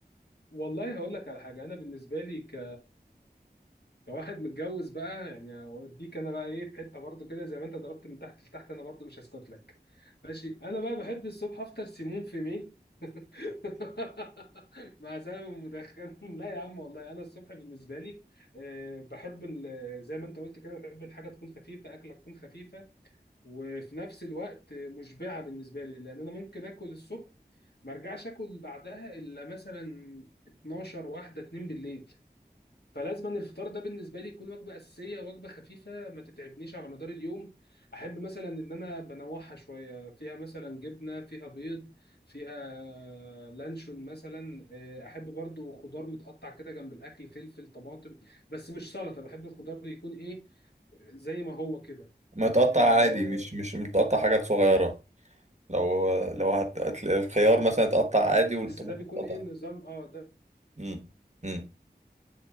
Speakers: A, on the left; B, on the right.
A: والله هقول لك على حاجه انا بالنسبه لي ك لو واحد متجوز بقى يعني اوديك انا بقى ايه في حته برضو كده زي ما انت ضربت من تحت لتحت انا برضو مش هسكت لك ماشي انا بقى بحب الصبح افطر سيمون في مي <laughs> مع سلامه مدخن <laughs> لا يا عم والله انا الصبح بالنسبه لي آه، بحب ال- زي ما انت قلت كده بحب الحاجه تكون خفيفه اكله تكون خفيفه وفي نفس الوقت آه، مشبعه بالنسبه لي لان انا ممكن اكل الصبح ما ارجعش اكل بعدها الا مثلا 12 واحده 2 بالليل فلازم أن الفطار ده بالنسبه لي يكون وجبه اساسيه وجبه خفيفه ما تتعبنيش على مدار اليوم احب مثلا ان انا بنوعها شويه فيها مثلا جبنه فيها بيض فيها لانشون مثلا آه، احب برضو خضار متقطع كده جنب الاكل فلفل طماطم بس مش سلطه بحب الخضار يكون ايه زي ما هو كده
B: ما تقطع
A: آه،
B: عادي مش مش متقطع حاجات صغيرة لو لو هت... هت- الخيار مثلا اتقطع عادي والطماطم
A: بس ده بيكون
B: اتقطع
A: ايه النظام اه ده
B: امم امم